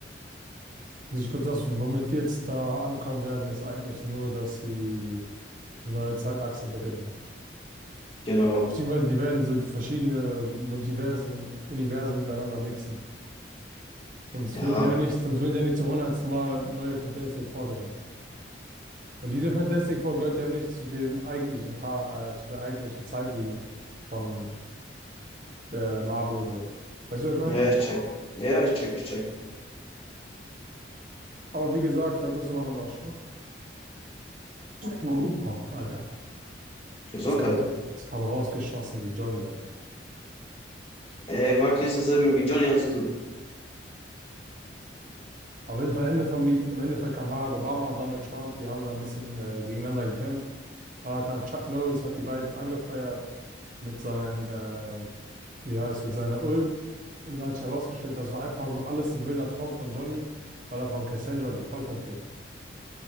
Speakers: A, on the right; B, on the left.
A: Also ich glaube, das, womit die jetzt da ankommen werden, ist eigentlich nur, dass sie eine neue Zeitachse beginnen wollen.
B: Genau.
A: Beziehungsweise die werden so verschiedene Multiversen, Universen miteinander mixen. Sonst
B: Ja,
A: würden die ja nicht, sonst würden die ja nicht zum hundertsten Mal neue Fantastic Four drehen. Weil diese Fantastic Four gehört ja nicht zu dem eigentlichen Ka äh, zu der eigentlichen Zeitlinie von der Marvel und so. Weißt du, was ich meine?
B: ja, ich check. Ja, ich check, ich check.
A: Aber wie gesagt, da müsste man nochmal schauen. Oh, Alter,
B: Gesundheit.
A: das kam, das kam rausgeschossen wie Johnny, Alter.
B: Ey, wag nicht dasselbe wie Johnny anzutun.
A: Auf jeden Fall Ende vom Lied, im Endeffekt kam Barack Obama, Donald Trump, die haben da ein bisschen äh, gegeneinander gekämpft. Oder kam Chuck Norris hat die beiden angefeuert mit seinen, äh, wie heißt, mit seiner Ult und hat sich herausgestellt, das war einfach nur alles ein wilder Traum von Johnny, weil er von Cassandra gefoltert wird.